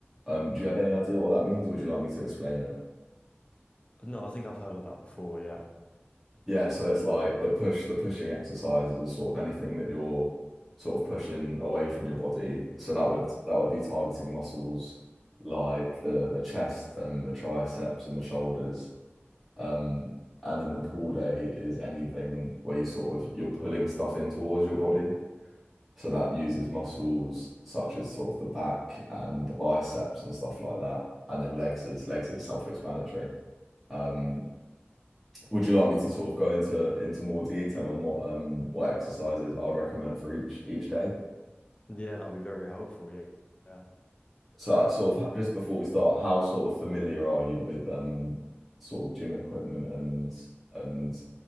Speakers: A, in the centre; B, on the left (about 25°).
A: Um, do you have any idea what that means? Would you like me to explain it?
B: No, I think I've heard of that before. Yeah,
A: yeah, so it's like the push, the pushing exercises is sort of anything that you're sort of pushing away from your body. So that would that would be targeting muscles like the the chest and the triceps and the shoulders. Um, and then the pull day is anything where you sort of you're pulling stuff in towards your body. So that uses muscles such as sort of the back and the biceps and stuff like that. And then legs is legs is self-explanatory. Um, would you like me to sort of go into into more detail on what um what exercises I'd recommend for each each day?
B: yeah, that would be very helpful. Yeah. yeah.
A: So uh, sort of just before we start, how sort of familiar are you with um sort of gym equipment and and